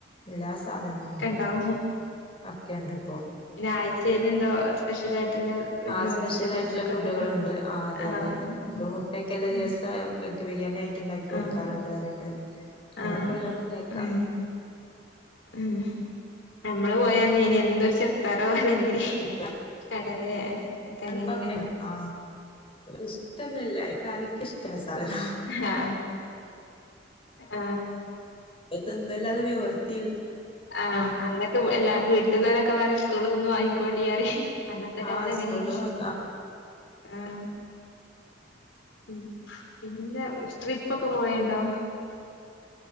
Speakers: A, on the left (about 30°); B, on the left (about 70°).
A: എല്ലാ സാധനങ്ങളും
B: ഉണ്ടാവും
A: ഒക്കെ ഉണ്ട് ഇപ്പോ
B: പിന്നെ ആഴ്ചയിൽ എന്തോ സ്പെഷ്യൽ ആയിട്ടുള്ള
A: ആ
B: നോ
A: സ്പെഷ്യൽ
B: വെജിറ്റബിൾസ്
A: ആയിട്ടുള്ള
B: ഒക്കെ
A: ഫുഡുകളൾുണ്ട്
B: ഉണ്ടല്ലോ.
A: ആ അതെ
B: ആഹ്.
A: അതെ ഇപ്പ മുട്ടക്കല്ല
B: ഉം.
A: ദിവസം വെജ് ബിരിയാണി ആയിട്ട്ണ്ടാക്കി കൊടുക്കാറുണ്ട്
B: ആഹ്.
A: അറിയണ്ട് അതിനൊക്കെ
B: ആഹ്.
A: ഓരോന്ന് കേൾക്കാം
B: ഉം. ഉം നമ്മള് പോയന്നേനി എന്നൊരു ചെറുപ്പയറോ അല്ലെങ്കില്
A: ഇപ്പൊ
B: കടലേ ഒക്കെ
A: ആണപ്പ
B: അങ്ങനേനി.
A: അങ്ങനെ ആ ഇഷ്ടന്നല്ലാക്ക ഇഷ്ട സാധന
B: ആഹ ആഹ
A: തിന്നല്ലാതെ നിവർ <inaudible>
B: ആഹ അന്നൊക്കെ എല്ലാ വീട്ടില് ലൊക്കെ പറയും സ്കൂള്ന്ന് വാങ്ങിക്കോണ്ടി പറയും അന്നത്തെ കാലം
A: ആ
B: അങ്ങനെ
A: സ്കൂളിന്ന്
B: എനി
A: വാങ്ങിക്ക
B: ആഹ ഉം പിന്നെ ട്രിപ്പ് ഒക്കെ പോയണ്ടോ